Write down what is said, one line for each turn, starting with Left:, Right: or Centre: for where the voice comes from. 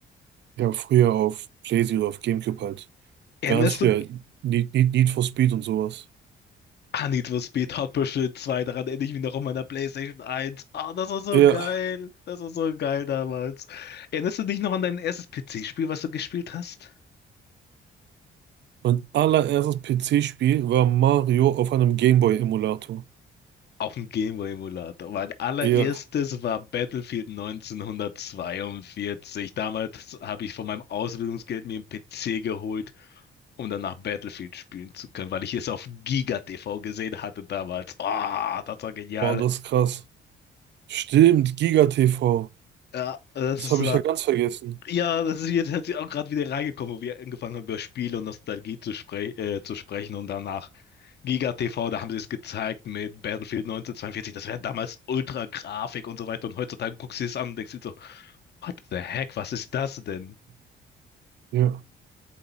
Right: Ja, früher auf PlayStation oder auf GameCube halt.
Left: erinnerst
Right: Ganz früher
Left: du
Right: Need, Need, Need for Speed und sowas.
Left: an Need for Speed Hot Pursuit zwei, Daran erinnere ich mich noch an meiner PlayStation 1. Ah, das war so
Right: Ja,
Left: geil. Das war so geil damals. Erinnerst du dich noch an dein erstes PC-Spiel, was du gespielt hast?
Right: mein allererstes PC-Spiel war Mario auf einem Gameboy-Emulator.
Left: Auf dem Gameboy-Emulator. Mein allererstes
Right: Ja,
Left: war Battlefield 1942. Damals habe ich von meinem Ausbildungsgeld mir einen PC geholt um danach Battlefield spielen zu können, weil ich es auf Giga TV gesehen hatte damals. Ah, das war genial.
Right: wow, das ist krass. Stimmt, Giga TV.
Left: Ja, das
Right: Das
Left: ist
Right: habe
Left: war.
Right: ich ja ganz vergessen.
Left: Ja, das ist jetzt hat sie auch gerade wieder reingekommen, wo wir angefangen haben, über Spiele und Nostalgie zu, spre äh, zu sprechen und danach Giga TV, da haben sie es gezeigt mit Battlefield 1942, das wäre damals Ultra-Grafik und so weiter und heutzutage guckst du es an und denkst dir so, what the heck, was ist das denn?
Right: Ja.